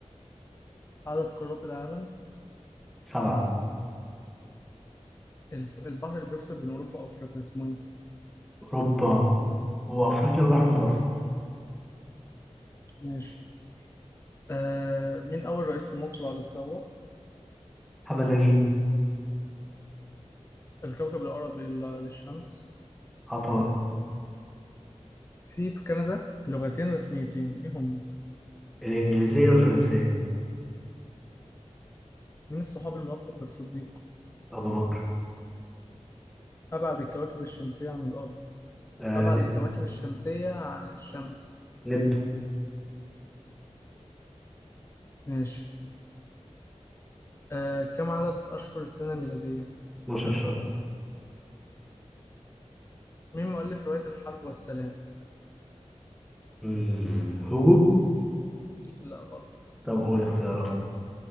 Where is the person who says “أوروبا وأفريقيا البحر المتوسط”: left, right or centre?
Centre